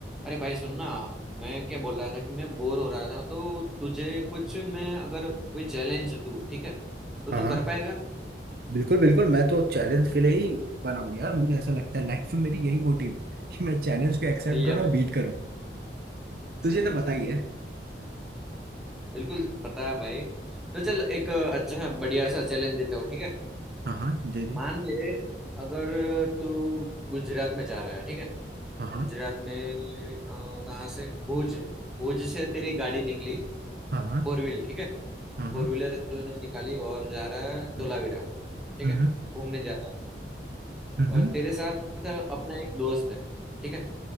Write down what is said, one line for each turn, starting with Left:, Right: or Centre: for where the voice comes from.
Centre: अरे भाई सुनना मैं क्या बोल रहा था कि मैं बोर हो रहा था तो तुझे कुछ मैं अगर कोई चैलेंज दूं ठीक है तो
Right: हाँ
Centre: तू
Right: हाँ
Centre: कर पाएगा
Right: बिल्कुल बिल्कुल मैं तो चैलेंज के लिए ही बना हूं यार मुझे ऐसा लगता है लाइफ में मेरी यही मोटिव है कि मैं चैलेंज को एक्सेप्ट
Centre: सही
Right: करूं
Centre: है भाई
Right: और बीट करूं
Centre: सही
Right: तुझे तो
Centre: है
Right: पता
Centre: सही
Right: ही
Centre: है
Right: है
Centre: बिल्कुल बताया भाई तो चल एक अच्छा बढ़िया सा चैलेंज देता हूँ ठीक है
Right: हाँ हाँ दे दे
Centre: मान ले अगर तू गुजरात में जा रहा है ठीक है
Right: हाँ हाँ
Centre: गुजरात में अ, कहाँ से भुज भुज से तेरी गाड़ी निकली
Right: हाँ हाँ
Centre: फोर व्हील ठीक है
Right: हाँ
Centre: फोर
Right: हाँ
Centre: व्हीलर तूने निकाली और जा रहा है धोलावीरा
Right: हम्म
Centre: ठीक
Right: हम्म
Centre: है घूमने जा रहा है
Right: हम्म
Centre: और
Right: हम्म,
Centre: तेरे साथ अपना एक दोस्त है ठीक है